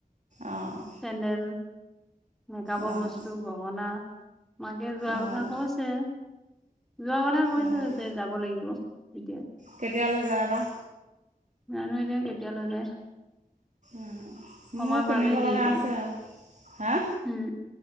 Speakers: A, on the right (about 55°); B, in the centre.
A: অঁ
B: চেন্ডেল। মেকআপৰ
A: অঁ
B: বস্তু, গহনা, মাকে যোৱা
A: অঁ
B: কথা কৈছে। যোৱা কথা কৈছে
A: অঁ
B: যেতিয়াই যাব লাগিব এতিয়া
A: কেতিয়ালৈ যায় বা
B: জানো এতিয়া কেতিয়ালে যায়।
A: উম, মোৰ
B: সময়
A: কিনিব
B: পালেহিয়েতো
A: লগা আছে আৰু, হা
B: উম